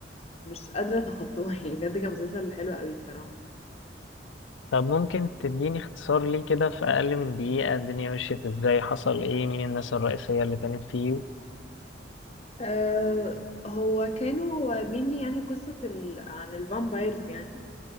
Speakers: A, on the left; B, on the left.
A: فمش قادرة أتخطاها <laughs> يعني بجد كان مسلسل حلو قوي الصراحة
B: طب ممكن تديني اختصار ليه كده في اقل من دقيقة الدنيا مشيت ازاي حصل ايه مين الناس الرئيسية اللي كانت فيه
A: أه هو كانوا هو mainly يعني قصة ال... عن الفامبايرز يعني